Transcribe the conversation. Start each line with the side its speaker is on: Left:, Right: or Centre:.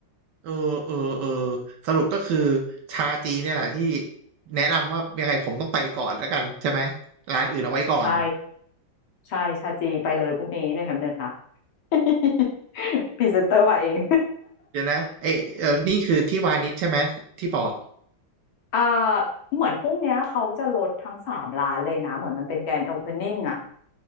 Right: เออเออเออสรุปก็คือชาจีนเนี่ยแหละที่แนะนำว่ายังไงผมต้องไปก่อนแล้วกันใช่ไหมร้านอื่นเอาไว้ก่อน
Left: ใช่ใช่ชาจีไปเลยพวกนี้เนี่ยแถมหนึ่งค่ะ <laughs> พรีเซนเตอร์มาเอง
Right: เดี๋ยวนะเอยเออนี่คือที่วานิชใช่ไหมที่บอก
Left: <laughs> อ่าเหมือนพวกเนี้ยเขาจะลดทั้งสามร้านเลยนะเหมือนมันเป็นแกรนด์โอเพนนิ่งอะ